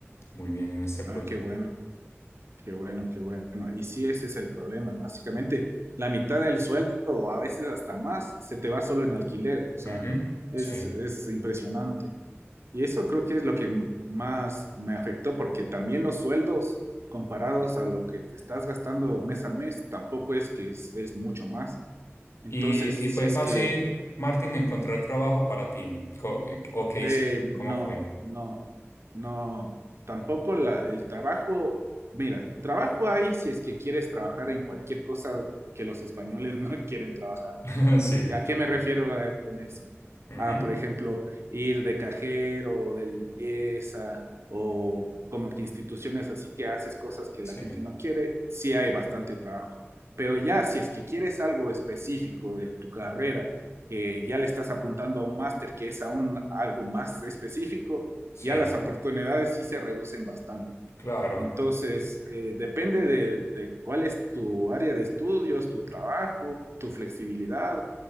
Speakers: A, on the left; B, on the right.
A: muy bien en este proceso.
B: Ah, qué bueno, qué bueno, qué bueno. Y sí, ese es el problema. ¿no? Básicamente, la mitad del sueldo, o a veces hasta más, se te va solo en alquiler. O sea,
A: Ujú,
B: es,
A: sí.
B: es impresionante. Y eso creo que es lo que más me afectó, porque también los sueldos comparados a lo que te estás gastando mes a mes, tampoco es que es, es mucho más. Entonces,
A: ¿Y, y fue
B: si es
A: fácil,
B: que
A: Martín, encontrar trabajo para ti? Co- eh, ¿O qué
B: eh,
A: hiciste?
B: no,
A: ¿Cómo fue?
B: no, no, tampoco la- el trabajo, mira, trabajo hay si es que quieres trabajar en cualquier cosa que los españoles <laughs> no quieren trabajar.
A: <laughs> Sí.
B: ¿A qué me
A: Sí,
B: refiero eh, con eso?
A: Ujú,
B: A, por ejemplo, ir de cajero, de limpieza, o como que instituciones así que haces cosas que
A: sí,
B: la gente no quiere, sí hay bastante trabajo. Pero ya, si es que quieres algo específico de tu carrera, que ya le estás apuntando a un máster, que es aún algo más específico,
A: sí,
B: ya las oportunidades sí se reducen bastante.
A: claro.
B: Entonces, eh, depende de, de cuál es tu área de estudios, tu trabajo, tu flexibilidad,